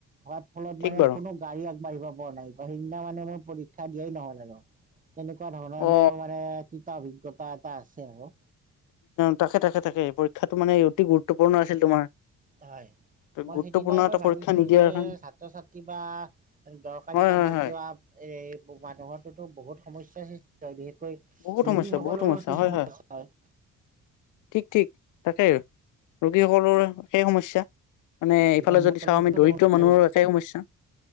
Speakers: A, on the right; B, on the left.
A: হাৱাত ফলত
B: ঠিক
A: মানে
B: বাৰু
A: কোনো গাড়ী বাঢ়িব পৰা নাই ব সিদিনা মানে মোৰ পৰীক্ষা দিয়াই নহল আৰু তেনেকুৱা ধৰণৰ
B: অ
A: মোৰ মানে এটা অভিজ্ঞতা এটা আছে আৰু
B: তাকে তাকে তাকে পৰীক্ষাটো মানে অতি গুৰুত্বপূৰ্ণ আছিল তোমাৰ
A: হয় মই
B: গুৰুত্বপূৰ্ণ
A: সেইদিনাই মই
B: এটা
A: ভাবিছো
B: পৰীক্ষা নিদিয়াৰ
A: যে
B: কাৰণে
A: ছাত্ৰ ছাত্ৰী বা দৰকাৰী
B: হয়
A: কামত
B: হয় হয়
A: যোৱা এ মানুহৰ তোতো‌ বহুত সমস্যা সৃষ্টি হয় বিশেষ
B: বহুত
A: ৰোগীসকলৰো
B: সমস্যা বহুত
A: সমস্যা
B: হয়
A: সৃষ্টি হয়।
B: ঠিক ঠিক তাকে ৰোগীসকলৰ একেই সমস্যা মানে এইফালে
A: এম্বুলেঞ্চো
B: যদি চাওঁ আমি দৰিদ্ৰ
A: যাব নোৱাৰিব
B: মানুহৰ একে সমস্যা